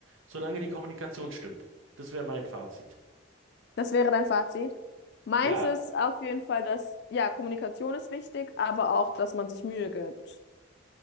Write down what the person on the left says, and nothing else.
Das wäre dein Fazit. Meins
ist auf jeden Fall, dass, ja, Kommunikation ist wichtig, aber auch, dass man sich Mühe gibt.